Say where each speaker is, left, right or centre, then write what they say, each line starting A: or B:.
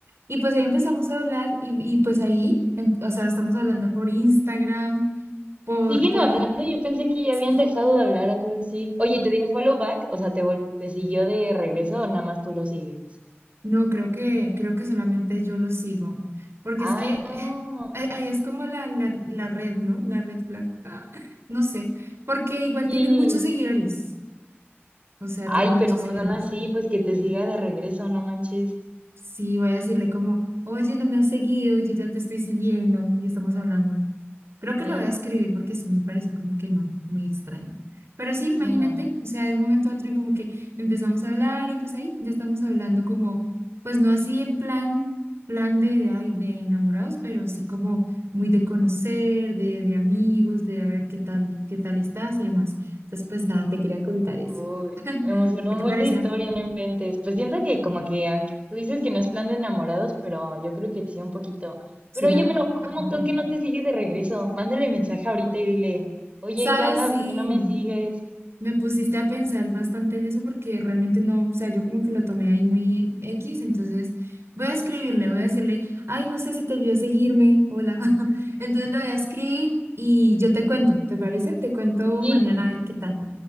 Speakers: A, on the right (about 70°); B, on the right (about 30°).
A: Y pues ahí empezamos a hablar y, y pues ahí, em- o sea, estamos hablando por Instagram, por,
B: Siguen
A: por,
B: hablando, yo pensé que ya
A: <laughs>
B: habían
A: sí,
B: dejado de hablar, algo así. Oye, ¿te digo follow back? O sea, ¿te, vol- te siguió de regreso o nada más tú lo sigues?
A: no, creo que, creo que solamente yo lo sigo, porque es
B: Ay,
A: que <laughs> eh,
B: no.
A: ahí ahí es como la, la, la red, ¿no? La red flag, <laughs> no sé, porque igual tiene
B: Y,
A: muchos seguidores. O sea,
B: ay,
A: tiene muchos
B: pero
A: seguidores.
B: pues aún así, pues que te siga de regreso, no manches.
A: Sí, voy a decirle como, oye, no me has seguido, yo ya te estoy siguiendo y estamos hablando. Creo que
B: Sí,
A: lo voy a escribir porque sí me parece como que no, muy extraño. Pero sí, imagínate,
B: sí, no.
A: o sea, de un momento a otro y como que empezamos a hablar y pues ahí ya estamos hablando como, pues no así en plan, plan de, ay, de enamorados, pero sí como muy de conocer, de, de amigos, de a ver qué tal, qué tal estás y demás. Entonces, pues nada, te quería contar eso.
B: Uy, me emocionó
A: ¿Qué
B: un
A: te
B: buen
A: pareció?
B: de historia, no inventes. Pues siento que como que aunque- tú dices que no es plan de enamorados, pero yo creo que sí un poquito.
A: ¿Será?
B: Pero oye, me enojó
A: <laughs>
B: un montón que no te sigue de regreso. Mándale mensaje ahorita y dile, oye,
A: ¿Sabes?
B: ¿qué onda?
A: Sí,
B: ¿Por qué no me sigues?
A: me pusiste a pensar bastante en eso porque realmente no, o sea, yo como que lo tomé ahí muy X, entonces voy a escribirle, voy a decirle, ay, no sé, se te olvidó seguirme, hola. <laughs> Entonces lo voy a escribir y yo te cuento, ¿te parece? Te cuento
B: Sí,
A: mañana a ver qué tal.